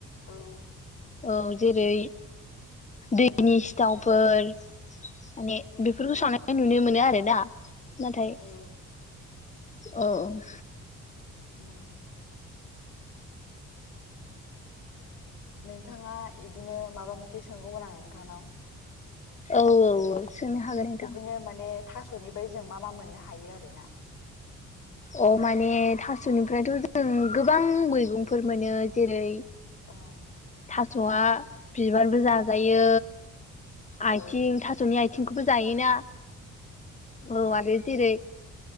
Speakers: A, on the left (about 80°); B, on the left (about 25°).
A: औ।
B: औ जेरै
A: औ
B: दैनि सिथावफोर माने
A: औ
B: बेफोरखौ सावनाय नुनो मोनो आरोना नाथाय
A: औ।
B: औ।
A: उम। नोंथाङा इदिनो माबा मोनसे सोंगौमोन आं नोंथांनाव।
B: औ औ औ। सोंनो हागोन। नोंथां
A: बिदिनो माने थास'निफ्राय जों मा मा मोननो हायो आरोना।
B: अ माने थास'निफ्रायथ' जों गोबां मैगंफोर मोनो जेरै
A: ओं।
B: थास'आ बिबारबो जाजायो
A: औ
B: आथिं थास'नि आथिं बिखौबो जायोना औ आरो जेरै